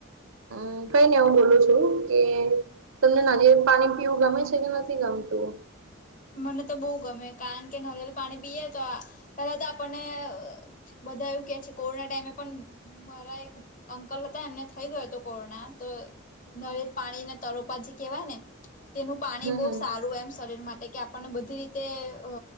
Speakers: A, on the right; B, on the left.
A: અ કઈ ની હું બોલું છું કે તમને નાળિયેર પાણી પીવું ગમે છે કે નથી ગમતું?
B: મને તો બહુ ગમે કારણ કે નારિયેળ પાણી પીએ તો પેલા તો આપણને બધા એવું કે છે કોરોના ટાઈમે પન મારા એક અંકલ હતા એમને થઇ ગયો તો કોરોના તો નરેલ પાણીના તરોપા જે કહેવાય ને તેનું પાણી
A: હમ
B: બહુ
A: હમ
B: સારું એમ શરીર માટે પણ બધી રીતે અ